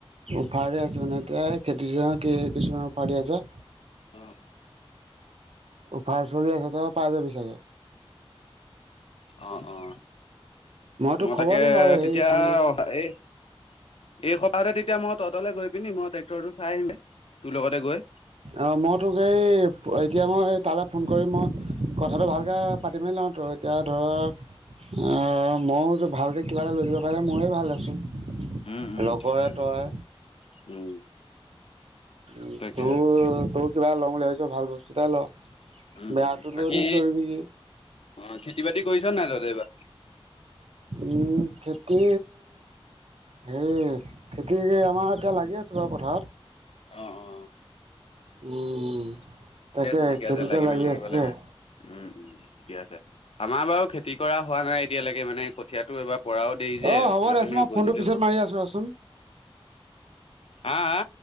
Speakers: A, on the right (about 80°); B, on the left (about 70°).
A: অফাৰে আছে মানে এ খেতি ছিজনৰ কি কিছুমান অফাৰ দি আছে
B: অ', অ',
A: অফাৰ চলি আছে তই পাই যাবি চাগে
B: অঁ অঁ
A: তোক
B: মই
A: খবৰ
B: তাকে
A: দিম বাৰু
B: তেতিয়া
A: হেৰি কি বুলি
B: অঁ এই! ! এই সপ্তাহতে তেতিয়া মই তহঁতলে গৈ পিনি মই ট্ৰেক্টৰটো চাই আহিমগে তো লগতে গৈ
A: অ মই তোক এই এতিয়া মই তালে ফোন কৰিম মই কথাটো ভালকে পাতি মেলি লওঁ ত এতিয়া ধৰ অ মইতো ভালকে কিবা এটা লৈ দিব পাৰিলে ময়ে ভাল আছিল।
B: উম উম
A: লগৰে
B: ঠিকে আছে
A: তই
B: ঠিকে আছে। উম।
A: উ
B: তাকে
A: তোৰ তোৰ কিবা লওঁ বুলি ভাবিছ ভাল বস্তুতাই ল।
B: উম
A: বেয়াটো
B: উম বাকী
A: লৈনো কৰিবি কি?
B: অ খেতি বাতি কৰিছ নাই তহতে এইবাৰ?
A: উম খেতি হে খেতি আমাৰ এতিয়া লাগি আছে বাৰু পথাৰত।
B: অ অ।
A: উম
B: ঠিকে
A: তাকে
B: আছে ঠিকে
A: খেতিতে
B: আছে
A: লাগি
B: মেলি থাকিব
A: আছো
B: লাগে
A: আও।
B: উম ঠিকে আছে আমাৰ বাৰু খেতি কৰা হোৱা নাই এতিয়ালৈকে, মানে কঠীয়াটো এবাৰ পৰাও দেৰি যে
A: অ হ'ব
B: সেইটো
A: দে
B: কাৰণে
A: ছোন মই
B: গজিলেও
A: ফোনটো পিছত মাৰি আছোঁ ৰছোন।
B: হা হা?